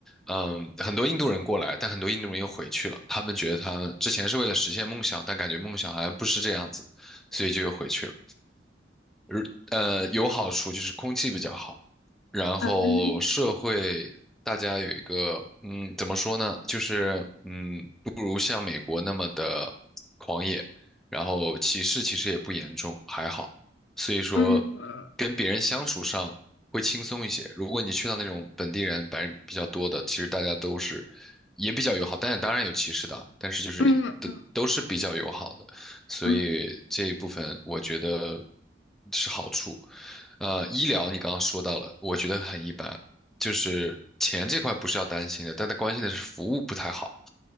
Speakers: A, in the centre; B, on the left.
A: 嗯，很多印度人过来，但很多印度人又回去了。他们觉得他们之前是为了实现梦想，但感觉梦想好像不是这样子，所以就又回去了。而呃，有好处就是空气比较好，然后社会大家有一个，
B: 嗯
A: 嗯，怎么说呢？就是嗯，不如像美国那么的狂野，然后歧视其实也不严重，还好。所以说，
B: 嗯
A: 跟别人相处上会轻松一些。如果你去到那种本地人、白人比较多的，其实大家都是也比较友好，但当然有歧视的啊但是就是都都是比较友好的，
B: 嗯嗯
A: 所以这一部分我觉得
B: 嗯
A: 是好处。呃，医疗你刚刚说到了，我觉得很一般，就是钱这块不是要担心的，但他关心的是服务不太好。